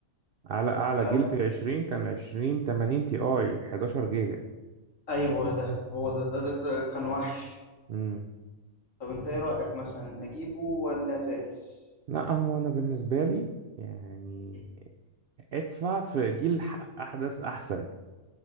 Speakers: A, on the right; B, on the left.
A: أعلى أعلى
B: آه
A: جيل في آه. العشرين كان عشرين تمانين تي آي حداشر جيجا
B: ايوه ده هو ده ده, ده, ده كان وحش
A: امم
B: طب انت ايه رايك مثلا اجيبه ولا فاكس
A: لا هو انا بالنسبه لي يعني
B: مم.
A: ادفع في جيل ح- احدث احسن